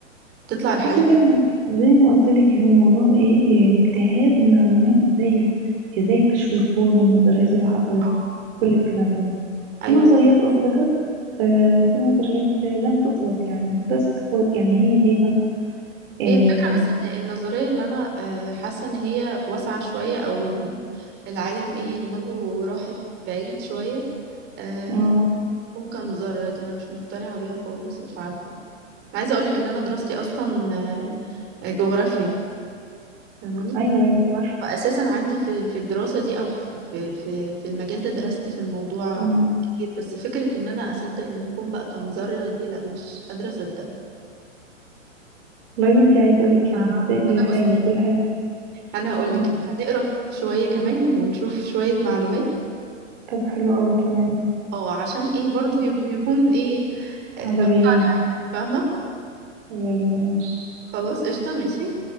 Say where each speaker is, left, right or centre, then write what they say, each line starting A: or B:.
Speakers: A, on the right; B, on the right.
A: تطلع رحلات
B: بصي زي ما قلت زي ما قلت لك هو الموضوع ايه إيه، اجتهاد من العلماء ازاي ازاي اكتشفوا الكون والنظريات اللي حصلت
A: آه.
B: كل الكلام ده في
A: ايوه
B: نظريات اثبتت آه، وفي نظريات آه، لم تثبت يعني بس هو يعني هي دي بقى آه،
A: هي الفكره بس ان النظريه اللي انا آه، حاسه ان هي واسعه شويه او يعني العالم ايه دماغه راحت بعيد شويه آه،
B: اه
A: ممكن ذره دي انا مش مقتنعه بيها خالص مش عارفه أنا عايزه اقولك ان انا دراستي اصلا آه، آه، جغرافيا فاهماني
B: ايوه ايوه عارفه
A: فاساسا عندي في في الدراسه دي او في في في في المجال ده درست في الموضوع
B: أمم.
A: كتير بس فكره ان انا اصدق ان الكون بقى كان ذره دي لا مش قادره اصدقها
B: والله يا بنتي عايزه اقولك يعني
A: آه.
B: تصدقي كل
A: انا
B: حاجه
A: بص
B: كل حاجه
A: انا اقول لك
B: أمم.
A: هنقرا شويه كمان ونشوف شويه معلومات
B: طب حلو قوي تمام
A: اه عشان ايه برضو يب- يكون ايه آه،
B: على
A: نقتنع
B: بينا
A: يعني فاهمه
B: يلا ماشي
A: خلاص قشطه ماشي